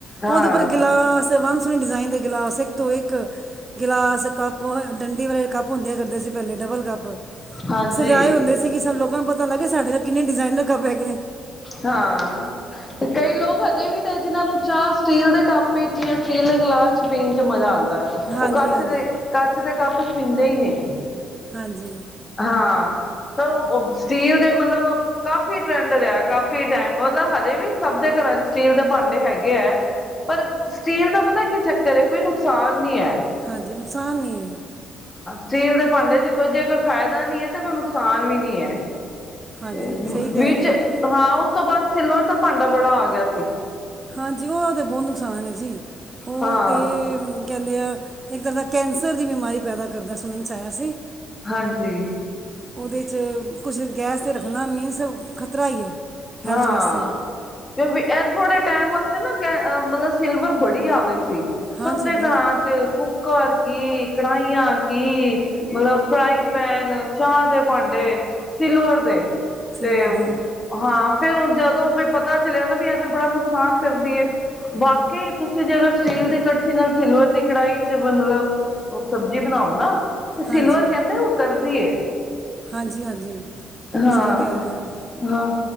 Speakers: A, on the left; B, on the right.
A: ਹਾਂ
B: ਉਹਦੇ ਉੱਪਰ ਗਿਲਾਸ ਵੰਨ ਸੁਵੰਨੇ ਡਿਜ਼ਾਇਨ ਦੇ ਗਿਲਾਸ ਇੱਕ ਤੋਂ ਇੱਕ ਗਿਲਾਸ ਕੱਪ ਡੰਡੀ ਵਾਲੇ ਕੱਪ ਹੁੰਦੇ ਕਰਦੇ ਸੀ, ਪਹਿਲੇ ਡਬਲ ਕੱਪ।
A: ਹਾਂਜੀ
B: ਸਜਾਏ ਹੁੰਦੇ ਸੀ। ਕਿ ਸਾਨੂੰ ਲੋਕਾਂ ਨੂੰ ਪਤਾ ਲੱਗੇ। ਸਾਡੇ ਨਾਲ ਕਿੰਨੇ ਡਿਜ਼ਾਇਨ ਰੱਖ ਪੈਗੇ ਨੇ
A: ਹਾਂ ਤੇ ਕਈ ਲੋਕ ਅਜੇ ਵੀ ਨੇ ਜਿਹਨਾਂ ਨੂੰ ਚਾਹ ਸਟੀਲ ਦੇ ਕੱਪ ਵਿੱਚ ਜਾਂ ਸਟੀਲ ਦੇ ਗਲਾਸ ਚ ਪੀਣ ਚ ਮਜ਼ਾ ਆਉਂਦਾ ਹੈ।
B: ਹਾਂਜੀ
A: ਉਹ ਕੱਚ
B: ਹਾਂਜੀ
A: ਦੇ ਕੱਚ ਦੇ ਕੱਪ ਚ ਪੀਂਦੇ ਹੀ ਨਹੀਂ
B: ਹਾਂਜੀ
A: ਹਾਂ ਤਾਂ ਉਹ ਸਟੀਲ ਦੇ ਮਤਲਬ ਕਾਫੀ ਟਰੈਂਡ ਰਿਹਾ ਕਾਫ਼ੀ ਟਾਈਮ, ਮਤਲਬ ਹਜੇ ਵੀ ਸਭ ਦੇ ਘਰਾਂ ਚ ਸਟੀਲ ਦੇ ਭਾਂਡੇ ਹੈਗੇ ਐ। ਪਰ ਸਟੀਲ ਦਾ ਪਤਾ ਕੀ ਚੱਕਰ ਐ, ਕੋਈ ਨੁਕਸਾਨ ਨੀ ਐ।
B: ਹਾਂਜੀ। ਨੁਕਸਾਨ ਹੀ ਹੈ।
A: ਸਟੀਲ ਦੇ ਭਾਂਡੇ 'ਚ ਕੋਈ ਜੇ ਕੋਈ ਫ਼ਾਇਦਾ ਨੀ ਨ ਐ ਤੇ ਕੋਈ ਨੁਕ ਨੁਕਸਾਨ ਵੀ ਨੀ ਹੈ।
B: ਹਾਂਜੀ
A: ਤੇ
B: ਸਹੀ ਕਹਿ
A: ਵਿੱਚ
B: ਰਹੇ ਹੋ
A: ਹਾਂ। ਉਸ ਤੋਂ ਬਾਅਦ ਸਿਲਵਰ ਦਾ ਭਾਂਡਾ ਬੜਾ ਆ ਗਿਆ ਸੀ।
B: ਹਾਂਜੀ ਉਹ ਤੇ ਬਹੁਤ ਨੁਕਸਾਨ ਹੈ ਜੀ ਉਹ
A: ਹਾਂ
B: ਤੇ ਕਹਿੰਦੇ ਆ ਇੱਕਦਾਂ ਦਾ ਕੈਂਸਰ ਦੀ ਬਿਮਾਰੀ ਪੈਦਾ ਕਰਦਾ ਸੁਣਨ ਚ ਆਇਆ ਸੀ
A: ਹਾਂਜੀ
B: ਉਹਦੇ 'ਚ ਕੁਛ ਗੈਸ 'ਤੇ ਰੱਖਣਾ ਮੀਨਸ ਖਤਰਾ ਹੀ ਹੈ
A: ਹਾਂ
B: ਹੈਲਥ ਵਾਸਤੇ
A: ਕਿਉਂਕਿ ਇਹ ਥੋੜੇ ਟਾਈਮ ਵਾਸਤੇ ਨਾ ਕ ਮਤਲਬ ਸਿਲਵਰ ਬੜੀ ਆ ਗਈ ਸੀ।
B: ਹਾਂਜੀ
A: ਸਭ ਦੇ
B: ਬਹੁਤ
A: ਘਰਾਂ ਚ ਕੁੱਕਰ ਕੀ ਕੜਾਹੀਆਂ ਕੀ ਮਤਲਬ ਫਰਾਈ ਪੈਨ ਚਾਹ ਦੇ ਭਾਂਡੇ ਸਿਲਵਰ ਦੇ
B: ਸਿਲਵਰ
A: ਤੇ ਹਾਂ,
B: ਦੇ
A: ਫੇਰ ਹਣ ਜਦੋਂ ਪਤਾ ਚਲਿਆਂ ਨਾ ਵੀ ਆ ਤੇ ਬੜਾ ਨੁਕਸਾਨ ਕਰਦੀ ਐ। ਬਾਕੀ ਤੁਸੀਂ ਜਦੋਂ ਸਟੀਲ ਦੀ ਕੜਛੀ ਨਾਲ ਸਿਲਵਰ ਦੀ ਕੜਾਹੀ ਚ ਮਤਲਬ ਉਹ ਸਬਜ਼ੀ ਬਣਾਓ ਨਾ ਤੇ ਸਿਲਵਰ
B: ਹਾਂਜੀ
A: ਕਹਿੰਦੇ ਉਤਰਦੀ
B: ਹਾਂਜੀ ਹਾਂਜੀ
A: ਹਾਂ-ਹਾਂ
B: ਸਹੀ ਕਹਿ ਰਹੇ ਹੋ